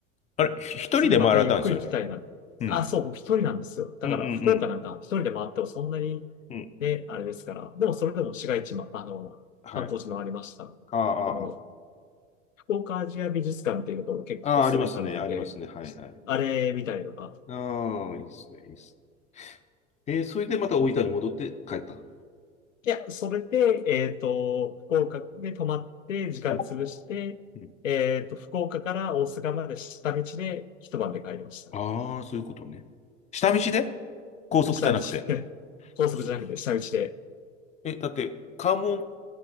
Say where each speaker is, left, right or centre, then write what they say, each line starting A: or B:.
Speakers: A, on the left; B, on the left.
A: あれ、ひ一人で回られたんですよね。
B: 次またゆっくり来たいな。
A: うん、
B: あ、そう、僕一人なんですよ。だから福岡なんか一人で回ってもそんなに
A: うん、うん、うん。うん
B: ね、あれですから。でもそれでも市街地も、あの、
A: はい。
B: 観光地もありました。
A: ああ、
B: あの、
A: あ
B: 福岡アジア美術館っていうところ結構お勧めされてて、
A: あ、ああ、ありますね、ありますね。はいはい。
B: あれみたいのが。
A: ああ、いいっすね、いいっす。えー、それでまた大分に戻って帰った。
B: いや、それで、えっと、福岡で泊まって時間潰して、
A: うん、うん。
B: えっと、福岡から大阪まで下道で一晩で帰りましたね。
A: ああ、そういうことね。下道で高速じゃなくて。
B: 下道で、高速じゃなくて下道で。
A: そうえ、だって、関門